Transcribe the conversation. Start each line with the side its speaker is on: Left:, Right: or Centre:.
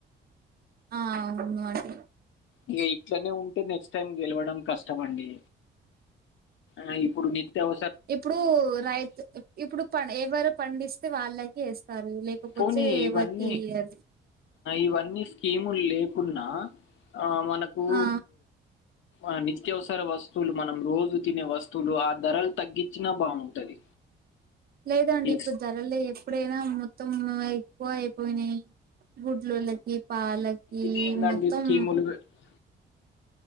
Right: ఆ అవును అట్
Left: ఇగ ఇట్లనే ఉంటే నెక్స్ట్ టైం గెలవడం కష్టం అండి. ఆ ఇప్పుడు నిత్యవ
Right: ఇప్పుడు రైతు ఇప్పుడు పని ఎవరు పండిస్తే వాళ్ళకి వేస్తారు. లేకపోతే
Left: పోనీ ఇవన్నీ
Right: ఎవరికి ఇయ్యరు
Left: ఇవన్నీ స్కీములే కున్నా ఆ మనకు
Right: ఆ
Left: ఆ నిత్యవసర వస్తువులు మనం రోజు తినే వస్తువులు ఆ ధరలు తగ్గించినా బాగుంటది.
Right: లేదండి
Left: ఎస్
Right: ఇప్పుడు ధరలే ఎప్పుడైనా మొత్తం ఎక్కువ ఐపోనాయ్ గుడ్ ట్లులకి పాలకి
Left: ఇదేందండి
Right: మొత్తం
Left: స్కీములు పె-